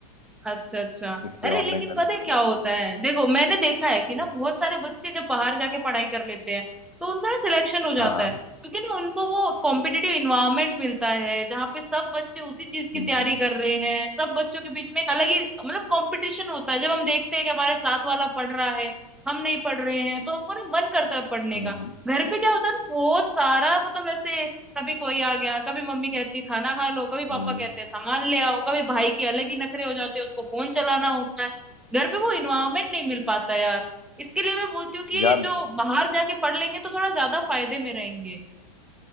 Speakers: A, in the centre; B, on the left.
A: अच्छा अच्छा
B: इसलिए
A: अरे
B: ऑनलाइन
A: लेकिन
B: लर्निंग
A: पता है
B: ले
A: क्या
B: लो
A: होता है देखो मैंने देखा है कि ना
B: हम्म।
A: बहुत सारे बच्चे जब बाहर जाके पढ़ाई कर लेते हैं तो उनका ना सिलेक्शन हो जाता
B: हाँ
A: है क्योंकि ना उनको वो कॉम्पिटिटिव इन्वायरमेंट मिलता है जहाँ पे सब बच्चे उसी चीज की
B: हम्म
A: तैयारी कर रहे हैं सब बच्चों के बीच में एक अलग ही मतलब कंपटीशन होता है जब हम देखते हैं कि हमारे साथ वाला पढ़ रहा है हम नहीं पढ़ रहे हैं तो हमको ना मन करता है पढ़ने
B: हम्म
A: का घर पे क्या होता है ना बहुत सारा मतलब ऐसे कभी कोई आ गया कभी मम्मी कहती है खाना खा लो कभी पापा
B: हम्म
A: कहते हैं सामान ले आओ कभी भाई के अलग ही नखरे हो जाते हैं उसको फोन चलाना होता है घर पे वो इन्वायरमेंट नहीं मिल पाता यार इसके लिए मैं बोलती हूँ कि
B: यार
A: ये जो बाहर जाके पढ़ लेंगे तो थोड़ा ज्यादा फायदे में रहेंगे